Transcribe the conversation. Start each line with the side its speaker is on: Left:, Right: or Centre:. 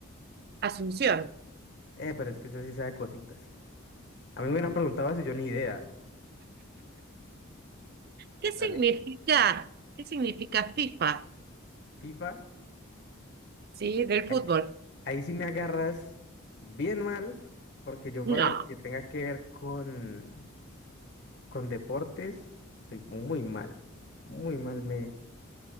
Right: Asunción.
Left: Eh, pero es que usted sí sabe cositas. A mí me hubieran preguntado eso, yo ni idea.
Right: ¿Qué
Left: Dale.
Right: significa? ¿Qué significa FIFA?
Left: FIFA.
Right: Sí, del
Left: Ahí,
Right: fútbol.
Left: ahí sí me agarras bien mal, porque yo
Right: No.
Left: para lo que tenga que ver con, con deportes, soy muy mal. Muy mal me